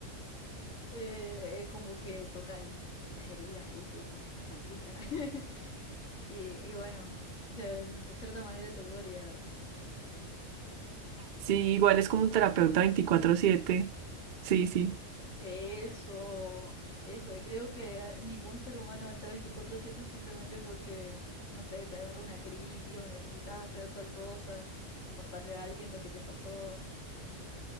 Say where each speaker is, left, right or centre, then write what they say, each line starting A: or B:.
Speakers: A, on the left; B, on the right.
A: Eh, es como que toca ahí, en las heridas, ahí te, como que te salpica. <laughs> Y, y bueno, de, de cierta manera te ayuda a liberarte.
B: Sí, igual es como un terapeuta veinticuatro siete. Sí, sí,
A: Eso, eso, y creo que a- ningún ser humano está 24/7 simplemente porque, no sé, te agarra una crisis o necesitas hacer tal cosa, contarle a alguien lo que te pasó.